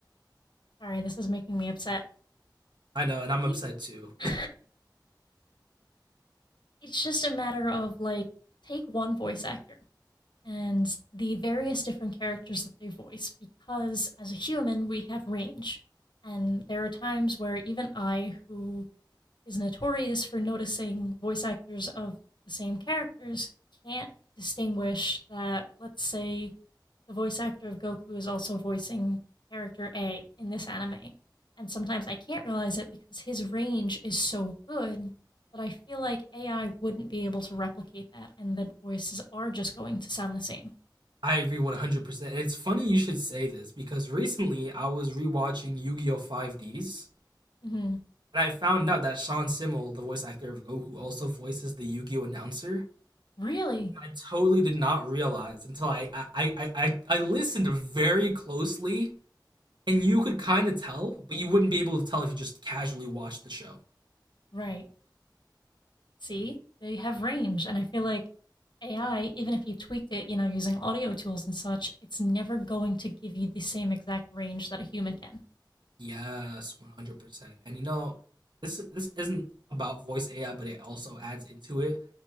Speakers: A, on the left; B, on the right.
A: sorry, this is making me upset.
B: I know,
A: I
B: and I'm
A: think
B: upset too.
A: <laughs> it's just a matter of, like, take one voice actor and the various different characters that they voice, because as a human, we have range. And there are times where even I, who is notorious for noticing voice actors of the same characters can't distinguish that, let's say, the voice actor of Goku is also voicing character A in this anime. And sometimes I can't realize it because his range is so good that I feel like AI wouldn't be able to replicate that and the voices are just going to sound the same.
B: <laughs> I agree 100%. And it's funny you should say this because recently I was rewatching Yu Gi Oh! 5Ds
A: hmm
B: and I found out that Sean Simmel, the voice actor of Goku, also voices the Yu Gi Oh! announcer.
A: Really?
B: I totally did not realize until I, I, I, I, I listened very closely and you could kind of tell, but you wouldn't be able to tell if you just casually watched the show.
A: Right. See, they have range, and I feel like AI, even if you tweaked it, you know, using audio tools and such, it's never going to give you the same exact range that a human can.
B: Yes, one hundred percent. And you know, this this isn't about voice AI, but it also adds into it.